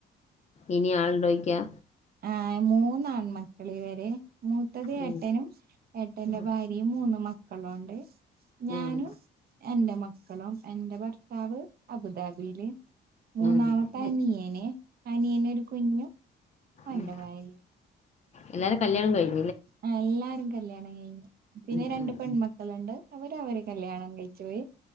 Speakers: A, on the left (about 35°); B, on the right (about 50°).
A: ഇനി ആരോട് ചോദിക്കുവാ
B: ആ മൂന്ന് ആൺ മക്കള ഇവരെ- മൂത്തത് ഏട്ടനും
A: ഉം
B: ഏട്ടന്റെ
A: ഉം
B: ഭാര്യയും മൂന്നും മക്കളും ഉണ്ട് ഞാനും
A: ഉം
B: എന്റെ മക്കളും എന്റെ ഭർത്താവ്- അബുദാബിയില്
A: ഉം
B: മൂന്നാമത്ത്
A: ഉം
B: അനിയന് അനിയന് ഒരു കുഞ്ഞും- ഓന്റെ
A: ഉം
B: ഭാര്യയും
A: എല്ലാരും കല്യാണം കഴിഞ്ഞോ
B: ആ എല്ലാരും കല്യാണം കഴിഞ്ഞു പിന്നെ
A: ഉം
B: രണ്ട്
A: ഉം
B: പെൺമക്കളുണ്ട്
A: ഉം
B: അവര അവര് കല്യാണം കഴിച്ചുപോയി